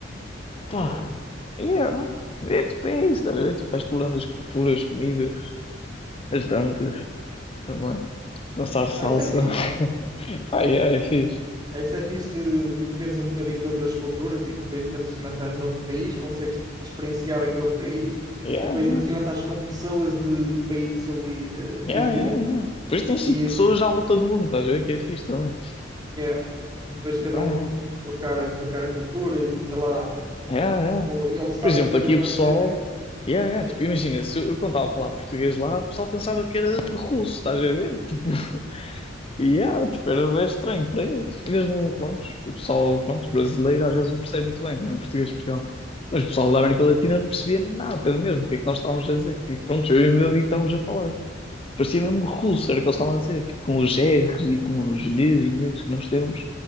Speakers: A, on the right; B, on the left.
A: Ok.
B: Pá, yeah. É tipo, é isso, estás a ver? Tipo, vai explorando as culturas, as comidas, as danças, também. Dançar salsa.
A: Ah, isso é fixe.
B: <laughs> Pá, yeah, é fixe.
A: Ah, Isso é fixe de, de veres um bocadinho de outras culturas e depois ainda por cima estás noutro país, consegues experienciar aquele país
B: Yeah,
A: e depois ainda por cima estás com pessoas de países ali eh, vizinhos
B: Yeah, yeah, yeah. Depois tens
A: e
B: tipo pessoas à volta do mundo, estás a ver que é fixe também.
A: Yeah. E depois cada
B: Ah,
A: um
B: yeah.
A: co- trocar, a trocar a cultura e sei lá,
B: Yeah, yeah.
A: ou- e eles estarem
B: Por exemplo,
A: a fazer
B: aqui
A: uma
B: o pessoal.
A: cena. que-
B: Yeah, yeah.
A: Sim,
B: Tipo, imagina, se eu, eu quando estava a falar português lá, o pessoal pensava que era russo, estás a ver? Tipo, <laughs> yeah, tipo, era bué estranho para eles. E mesmo, pronto, o pessoal, pronto, brasileiro às vezes não percebe muito bem, né, em português de Portugal. Mas o pessoal da América Latina não percebia nada mesmo, o que é que nós estávamos a dizer. Que, pronto, eu e
A: yeah.
B: o meu amigo estávamos a falar. Parecia mesmo russo, era o que eles estavam a dizer, tipo, com os R's e com os lhezinhas que nós temos.